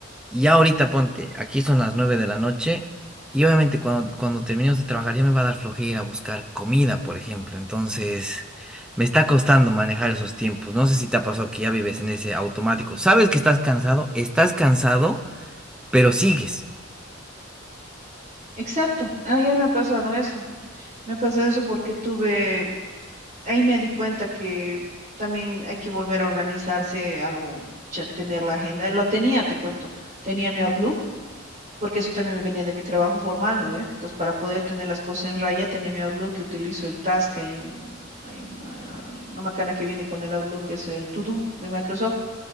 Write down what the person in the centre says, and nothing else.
ya ahorita ponte, aquí son las 9 de la noche y obviamente cuando, cuando terminemos de trabajar ya me va a dar flojera buscar comida, por ejemplo. Entonces... Me está costando manejar esos tiempos. No sé si te ha pasado que ya vives en ese automático. Sabes que estás cansado, estás cansado, pero sigues.